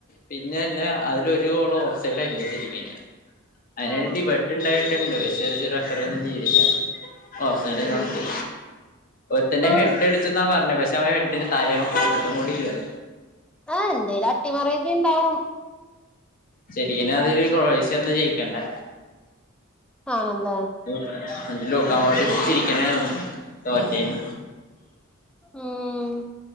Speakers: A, on the left; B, in the centre.
A: പിന്നെ അല്ല അതിലൊരു ഗോള് ഓഫ്സൈഡല്ല ശരിക്ക്ന്. അതിലൊര്
B: ആണോ
A: ഡിബട്ട് ഉണ്ടായിട്ടുണ്ട്. പക്ഷെ അതില് റഫറി ഒന്നും ചെയ്തില്ല. ഓഫ് സൈഡും
B: ഉം
A: കൊടുത്ത്. ഒരുത്തന്റെ
B: ആഹ്
A: ഹെഡ് അടിച്ചന്നാ പറഞ്ഞത്. പഷെ ഇത്തവണ ഹെഡില് തല അവൻ കൊണ്ടിട്ടും കൂടിയില്ലത്.
B: ആഹ് എന്തേലും അട്ടിമറിയൊക്കെ ഇണ്ടാവും.
A: ശരിക്ക്നും
B: ഉണ്ടാവല്
A: അതില് ക്രൊയേഷ്യയാര്ന്നു ജയിക്കണ്ടേ.
B: ആണല്ലേ?
A: ഉം. എന്നിട്ട് ലൂക്കാ <unintelligible> ചിരിക്കണേര്ന്നു തോറ്റേന്.
B: ഉം.